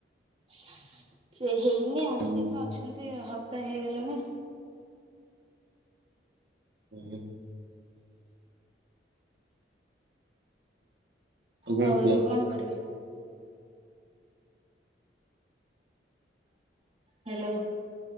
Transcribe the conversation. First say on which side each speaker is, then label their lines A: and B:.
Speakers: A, on the right; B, on the right.
A: ସେ ହେଇନି ଆସିକି
B: ଓହୋ
A: ଅଛନ୍ତି ହପ୍ତାଏ ହେଇଗଲାଣି।
B: ହୁଁ ହୁଁ। ଆଉ କଣ
A: ହଉ
B: କୁହ
A: ଏବେ କଣ କରିବେ? ହ୍ୟାଲୋ।